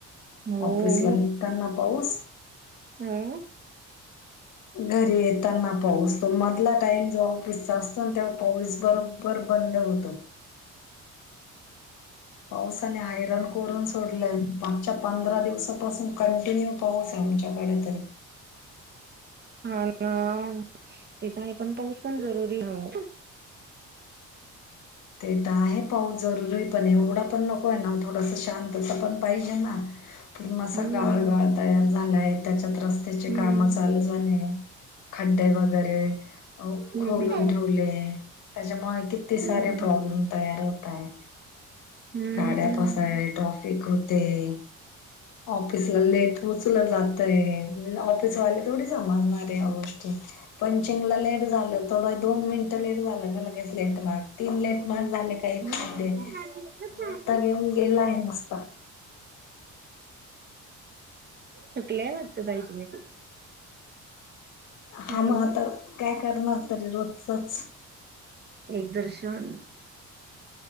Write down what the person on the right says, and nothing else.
हो
हम्म
हां ना ते तर आहे, पण पाऊस पण जरुरी आहे आओ.
हम्म
हम्म
हम्म
हम्म
हम्म हम्म
हम्म
थकलाय वाटत ताई तुम्ही खूप.
हॅलो
एक्झर्शन